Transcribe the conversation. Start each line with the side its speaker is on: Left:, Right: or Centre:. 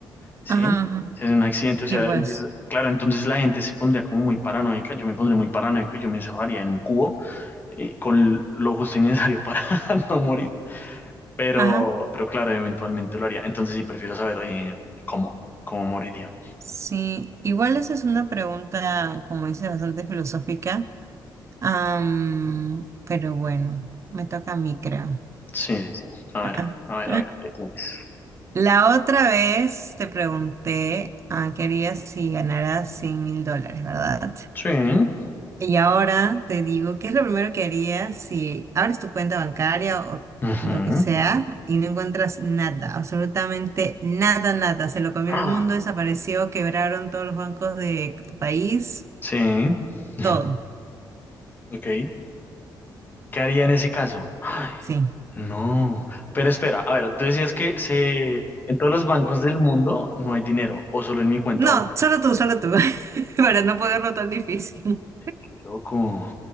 Left: ¿sí?
Right: ajá, ajá.
Left: Es un accidente, o sea,
Right: Y pues,
Left: entonces, claro, entonces la gente se pondría como muy paranoica, yo me pondría muy paranoico, y yo me encerraría en un cubo eh, con lo justo y necesario para <laughs> no morir. Pero,
Right: ajá.
Left: pero claro, eventualmente lo haría. Entonces sí, prefiero saber eh, cómo, cómo moriría.
Right: Sí, igual esa es una pregunta, como dice, bastante filosófica. Am, pero bueno, me toca a mí, creo.
Left: Sí, sí, sí. A ver,
Right: <laughs>
Left: a ver, a ver, ¿qué tienes?
Right: La otra vez te pregunté ah, qué harías si ganaras 100 mil dólares, ¿verdad?
Left: Sí.
Right: Y ahora te digo, ¿qué es lo primero que harías si abres tu cuenta bancaria o
Left: Ujú.
Right: lo que sea y no encuentras nada, absolutamente nada, nada? Se lo comió
Left: Ah,
Right: el mundo, desapareció, quebraron todos los bancos de tu país,
Left: sí. <laughs>
Right: todo.
Left: Ok. ¿Qué haría en ese caso? Ay,
Right: Sí.
Left: no. Pero espera, a ver, tú decías que se... en todos los bancos del mundo no hay dinero, o solo en mi cuenta
Right: No,
Left: bancaria.
Right: solo tú, solo tú, <laughs> para no ponerlo tan difícil.
Left: Qué loco.